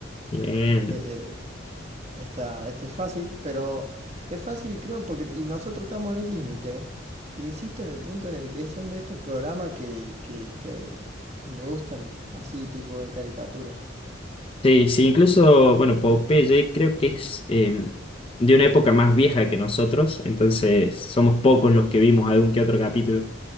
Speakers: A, on the left (about 30°); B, on the right (about 35°).
A: Bien.
B: Eh, eh, esta, este es fácil, pero es fácil creo porque y nosotros estamos en el límite. eh. Insisto en el punto en el que son de estos programas que, que, que, que me gustan, así tipo de caricatura.
A: Sí, sí, incluso, bueno, Popeye creo que es eh, de una época más vieja que nosotros, entonces somos pocos los que vimos algún que otro capítulo.